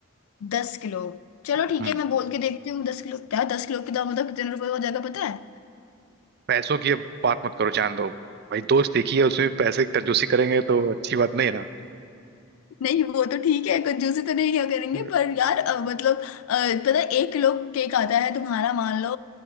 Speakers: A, on the left (about 85°); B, on the right (about 50°).
A: दस किलो चलो ठीक
B: हम्म,
A: है मैं बोल के देखती हूँ दस किलो क्या दस किलो के दाम मतलब कितने रुपए हो जाएगा पता है
B: पैसों की अब बात मत करो जान दो भाई दोस्त एक ही है उसमें पैसे की कंजूसी करेंगे तो अच्छी बात नहीं है
A: नहीं वो तो ठीक है कंजूसी तो नहीं क्या करेंगे
B: ना
A: पर यार अ, मतलब अ, पता है एक किलो केक आता है तुम्हारा मान लो